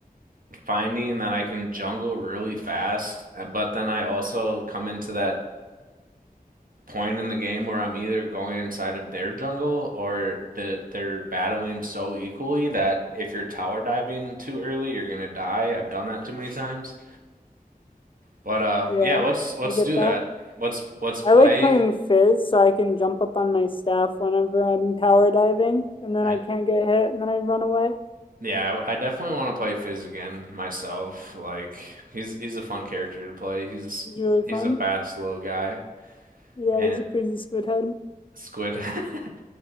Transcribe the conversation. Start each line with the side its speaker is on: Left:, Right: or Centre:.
Right: finding that I can jungle really fast, uh, but then I also come into that point in the game where I'm either going inside of their jungle or the, they're battling so equally that if you're tower diving too early, you're gonna die. I've done that too many times. But uh,
Left: Yeah,
Right: yeah, let's let's
Left: I get
Right: do
Left: that.
Right: that. Let's let's play.
Left: I like playing Fizz so I can jump up on my staff whenever I'm tower diving, and then
Right: I
Left: I can't get hit, and then I run away.
Right: Yeah, I, I definitely want to play Fizz again myself. Like he's he's a fun character to play. He's
Left: It's really
Right: he's
Left: fun.
Right: a fast little guy
Left: Yeah,
Right: and
Left: he's a crazy squid head.
Right: squid. <laughs>